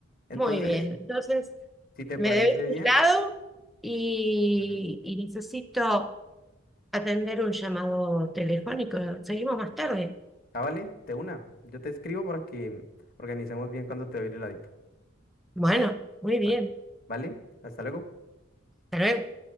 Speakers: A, on the left (about 45°); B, in the centre.
A: Entonces,
B: muy bien. Entonces,
A: si te
B: me
A: parece
B: debes
A: bien,
B: un helado y,
A: ujú.
B: y necesito atender un llamado telefónico. Seguimos más tarde.
A: Ah, vale, de una. Yo te escribo para que organicemos bien cuando te doy el heladito.
B: Bueno, muy bien.
A: Vale, ¿vale? Hasta luego.
B: Hasta luego.